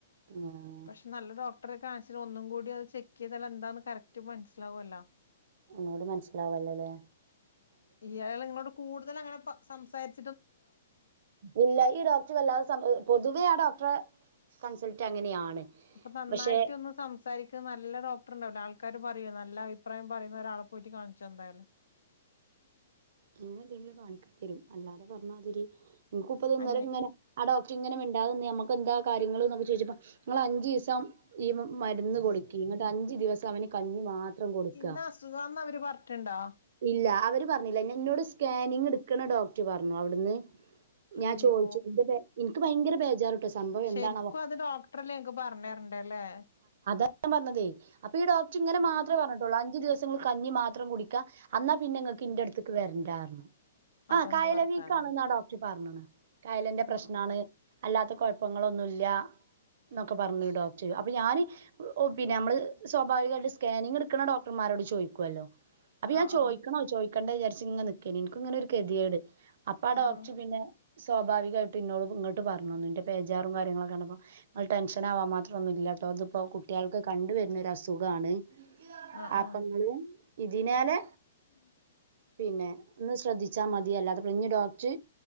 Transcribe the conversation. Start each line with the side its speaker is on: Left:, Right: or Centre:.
Right: ആഹ്
Left: പക്ഷെ നല്ല ഡോക്ട ഡോക്ടറെ കാണിച്ച ഒന്നും കൂടി അത് ചെക്ക് ചെയ്താ എന്താന്ന് കറക്റ്റ് മനസ്സിലാവുമല്ലോ
Right: ഒന്നോട് മനസ്സിലാാവല്ലോല്ലേ
Left: ഇയാൾ നിങ്ങളോട് കൂടുതൽ അങ്ങനെ സംസാരി-
Right: ഇല്ല ഈ ഡോക്ടർ വല്ലാതെ പൊതുവേ ആ ഡോക്ടർ കൺസൾട്ട അങ്ങനെയാണ്
Left: അപ്പൊ നന്നായിട്ട
Right: പക്ഷെ
Left: ഒന്നും സംസാരിക്കന്നല്ല നല്ല ഡോക്ടർ ഉണ്ടാവില്ലോ ആൾക്കാരും പറയൂല്ല നല്ല അഭിപ്രം പറയുന്ന ഒരാള പോയിട്ട് കാണിച്ച എന്തായാലും
Right: അങ്ങനെ എന്തെങ്കിലും കാണിക്കേണ്ടി വരും അല്ലാതെ പറഞ്ഞാതിരി ഇങ്ങക്ക് ഇപ്പതിൊന്നര
Left: അന്യ
Right: ഇങ്ങനെ അട റ്റ ഇങ്ങനെണ്ടാ നക്ക് എന്താ കാര്യ ചോദിച്ചപ്പ നിങ്ങൾ അഞ്ച് ദിവസം ഈ മരുന്ന് കൊടുക്കി അഞ്ചു ദിവസം അവന് കഞ്ഞി മാത്രം കൊടുക്കുക
Left: ഇന്ന അസുഖാന്ന് അവര് പറഞ്ഞിട്ടുണ്ടോ
Right: ഇല്ല അവര് പറഞ്ഞില്ല എന്നെ എന്നോട് സ്കാനിങ് എടുക്കണ ഡോക്ടർ പറഞ്ഞു അവിടുന്ന് ഞാൻ
Left: അയ്യോ
Right: ചോദിച്ചു എന്റെ ബേ- എനിക്ക് ഭയങ്കര ബേജാറിട്ടോ സംഭവം
Left: ശരിക്കും
Right: എന്താണാവോ
Left: അത് ഡോക്ടറെല്ലേ ക്ക് പറഞ്ഞരണ്ടല്ലേ
Right: ാൻ പറഞ്ഞതേ അപ്പൊ ഡോക്ടർ ഇങ്ങെ മാത്രമ പറഞ്ഞിട്ടുള്ളൂ അഞ്ച് ദിവം കഞ്ഞി മാത്രം കുടിക്കാം അന്നാ പിന്നെങ്ങക്ക്ടു- ത്തക്ക് വരേണ്ടാരുന്നു- ആ
Left: അതെന്ത്
Right: കായല
Left: വർത്താനാ
Right: വീക്കാണെന്നാ ഡോക്ടർ പറഞ്ഞണ് കായലന്റെ
Left: ആഹ്
Right: പ്രശ്നാണ് അല്ലാത്ത കുഴപ്പങ്ങളൊന്നുല്ല എന്നൊക്കെ പറഞ്ഞു ഡോക്ടർ അപ്പൊ ഞാന് പിന്നെ നമ്മള് സ്വാഭാവികമായിട്ട് സ്കാനിങ് എടുക്ക ണ ഡോടർമാരോട് ചോദിക്കുവല്ലോ അപ്പഞ
Left: ആഹ്
Right: ചോദിക്കണോ
Left: ആഹ്
Right: ചോയ് കണ്ട വിചരിച്ച് ഇങ്ങന നിക്കാണ് എനിക്ക ഇങ്ങനെ ഒരു കെതിയേട് അപ്പാ ഡോക്റ്റ്
Left: ആഹ്
Right: പിന്നെ- സ്വാഭാവികമായിട്ട് ഇനോട് ഇങ്ങോട്ട് പറഞ്ഞ തന്നു ഇൻ്റെ ബോറും കാര്യങ്ങളൊക്കെ ക്ണ്ടപ്പോ നിങ്ങൾ ടെൻഷൻാവാൻ മാത്രൊന്ന ഇല്ല- ഇ ഇപ്പോ കുട്ടികൾക്ക്ക്ക കണ്ട വരുന്നൊര അസുഖണ്
Left: ആഹ്
Right: ആപ്പങ്ങളൂ-
Left: ആഹ്
Right: ഇതിനാല്
Left: <inaudible>
Right: പിന്നെ ഒന്ന് ശ്രദ്ധിച്ചാൽ മതിയല്ലാത്ത പ്രശ്നം ഡോക്റ്റ്